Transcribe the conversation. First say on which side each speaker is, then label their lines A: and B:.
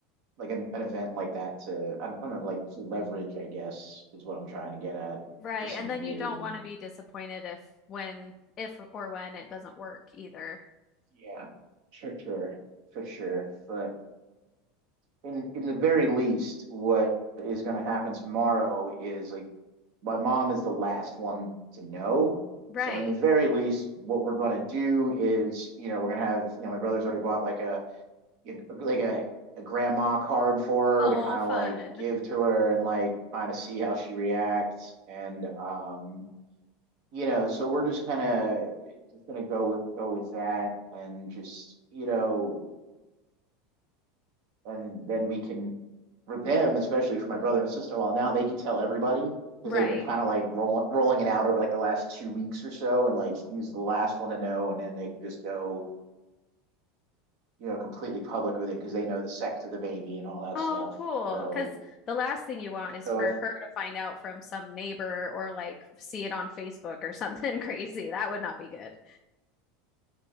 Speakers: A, on the right (about 60°); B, on the left (about 35°).
A: like an, an event like that to I don't, I don't know like to leverage I guess is what I'm trying to get at.
B: Right.
A: It just
B: And
A: seems
B: then
A: weird.
B: you don't want to be disappointed if when if or when it doesn't work either.
A: Yeah, sure, sure, for sure. But in in the very least, what is going to happen tomorrow is like my mom is the last one to know.
B: Right.
A: So in the very least, what we're going to do is you know we're going to have you know my brother's already bought like a like a a grandma card for
B: Oh,
A: her to kind of
B: fun.
A: like give to her and like kind of see how she reacts and um you know, so we're just kind of just gonna go with go with that, and just you know, and then we can for them, especially for my brother and sister in law, now they can tell everybody because
B: Right.
A: they've been kind of like rolling rolling it out over like the last two weeks or so, and like he's the last one to know, and then they can just go you know completely public with it because they know the sex of the baby and all that
B: Oh,
A: stuff.
B: cool.
A: So
B: Because the last thing you want is
A: so
B: for
A: I. Th-
B: her to find out from some neighbor or like see it on Facebook or something <laughs> crazy. That would not be good.